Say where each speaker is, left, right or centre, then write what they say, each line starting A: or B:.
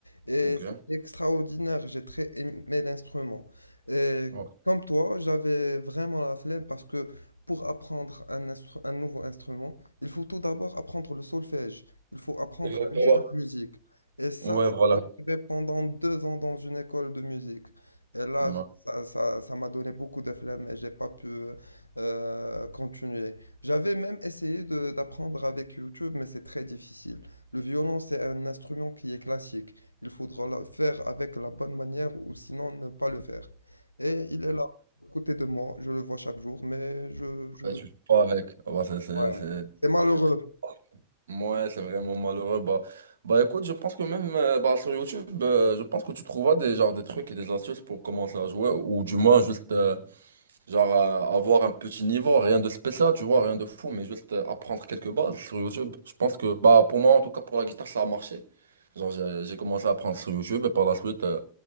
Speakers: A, on the left (about 85°); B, on the right (about 70°).
A: Et
B: Ok.
A: c'était extraordinaire, j'ai très aimé l'instrument. Et
B: Ouais.
A: comme toi, j'avais vraiment la flemme parce que pour apprendre un, instru- un nouveau instrument, il faut tout d'abord apprendre le solfège, il faut apprendre
B: Exactement.
A: à lire la musique. Et ça,
B: Ouais, voilà.
A: fait pendant deux ans dans une école de musique. Et là,
B: Ouais.
A: ça, ça, ça m'a donné beaucoup de flemme et j'ai pas pu euh, continuer. J'avais même essayé de- d'apprendre avec YouTube, mais c'est très difficile. Le violon, c'est un instrument qui est classique. Il faudra le faire avec la bonne manière ou sinon ne pas le faire. Et il est là, à côté de moi. Je le vois chaque jour, mais je, je...
B: Ouais, tu joues pas avec. Ouais, c'est c'est-
A: Ouais.
B: c'est-
A: C'est malheureux.
B: c'est triste. Ouais, c'est vraiment malheureux. Bah, bah écoute, je pense que même euh, bah, sur YouTube, euh, je pense que tu trouveras des, genre, des trucs et des astuces pour commencer à jouer, ou du moins juste euh, genre euh, avoir un petit niveau, rien de spécial, tu vois, rien de fou, mais juste euh, apprendre quelques bases sur YouTube. Je pense que bah pour moi, en tout cas pour la guitare, ça a marché. Genre j'ai j'ai commencé à apprendre sur YouTube et par la suite, euh,